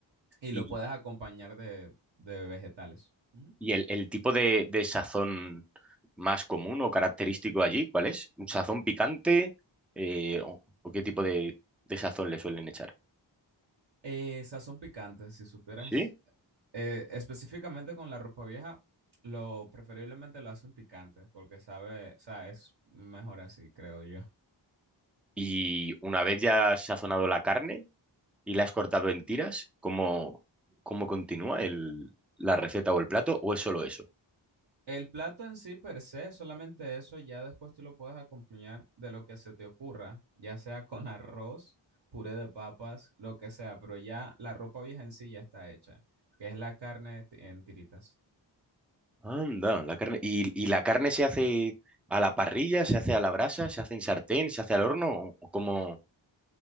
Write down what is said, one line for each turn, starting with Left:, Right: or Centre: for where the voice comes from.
Right: y
Centre: Y,
Right: lo puedes acompañar de, de vegetales. Ujú.
Centre: y el, el tipo de, de sazón más común o característico allí, ¿cuál es? ¿Un sazón picante? Eh, o, o qué tipo de, de sazón le suelen echar?
Right: Eh, sazón picante, si supieras
Centre: Sí.
Right: Eh, específicamente con la ropa vieja, lo preferiblemente lo hacen picante, porque sabe, o sea, es mejor así, creo yo.
Centre: Y una vez ya has sazonado la carne y la has cortado en tiras, ¿cómo, cómo continúa el, la receta o el plato? ¿O es solo eso?
Right: El plato en sí, per se, solamente eso, ya después tú lo puedes acompañar de lo que se te ocurra, ya sea con <laughs> arroz, puré de papas, lo que sea, pero ya la ropa vieja en sí ya está hecha, que es la carne ti- en tiritas.
Centre: Anda, la carne. ¿Y, y la carne se hace a la parrilla, se hace a la brasa, se hace en sartén, se hace al horno? ¿O cómo?